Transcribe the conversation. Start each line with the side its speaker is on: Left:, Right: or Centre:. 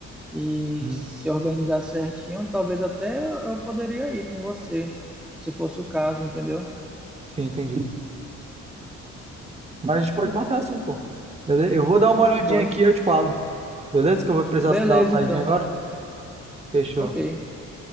Centre: e
Right: não.
Centre: se organizar certinho, talvez até eu eu poderia ir com você, se fosse o caso, entendeu?
Right: Sim, entendi. Mas a gente pode marcar assim, pô. Beleza? Eu vou dar uma olhadinha
Centre: Pode.
Right: aqui e eu te falo. Beleza? Que eu vou precisar
Centre: Beleza,
Right: dar uma saidinha
Centre: então.
Right: agora. Fechou.
Centre: Ok.